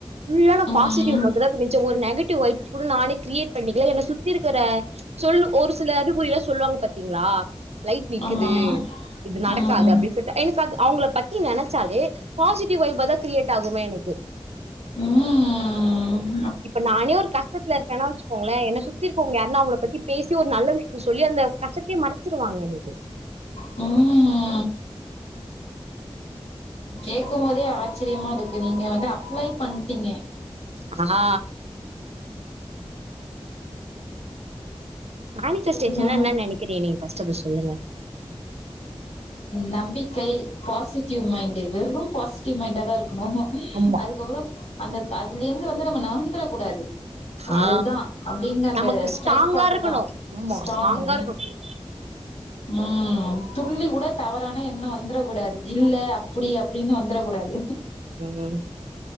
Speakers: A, on the right; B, on the left.
A: ஃபுல்லா நா
B: ம்
A: பாசிட்டிவ் மட்டுந்தா தெரிஞ் ச்ச ஒரு நெகட்டிவ் வைப்ஸ் கூட நானே கிரியேட் பண்ணிக்கல என்ன சுத்தி இருக்கற சொல்லு ஒரு சில அறிகுறி எல்லா சொல்லுவாங்க பாத்தீங்களா லைட் நிக்குது
B: ஆமா
A: இது நடக்காது
B: ம்
A: அப்டின்னு சொல்லிட்டு எனக்கு அது அவுங்கள பத்தி நெனைச்சாலே பாசிட்டிவ் வைப்பாதா கிரியேட் ஆகுமே எனக்கு
B: ம் ம்
A: இப்ப நானே ஒரு கஷ்டத்துல இருக்கேன்னா வச்சுக்கோங்களே என்ன சுத்தி இரு க்குவங்க யாருன்னா அவுங்கள பத்தி பேசி ஒரு நல்ல விஷயத்த சொல்லி அந்த கஷ்டத்தையே மறச்சிருவாங்க எனக்கு
B: ம் கேக்கும் போதே ஆச்சரியமா இருக்கு நீங்க வந்து அப்ளை பண்ட்டீங்க
A: ஆ மேனிசஸ்டேஷன்னா
B: ம்
A: என்ன நெனைக்கிறீங்க நீங்க ஃபஸ்ட்டு அத சொல்லுங்க
B: நம்பிக்கை பாசிட்டிவ் மைண்டு வெறும் பாசிட்டிவ் மைண்டாதா இருக் கணு
A: ஆமா
B: அதுக்கப்புறோ அந்த அதுலேருந்து வந்து நம்ம நவுந்தரக்கூடாது
A: ஆ
B: அதுதா அப்டிங்க அந்த
A: நமக்கு
B: ஸ்டைர்ட்
A: ஸ்ட்ராங்கா
B: பார்ட்டுதா
A: இருக்கணும் ஆமா
B: ஸ்ட்ராங்கு
A: ஸ்ட்ராங்கா இருக்கணும்
B: ம் துளளி கூட தவறான எண்ண வந்துரக்கூடாது இல்ல அப்டி அப்டின்னு வந்துரக்கூடாது
A: ம்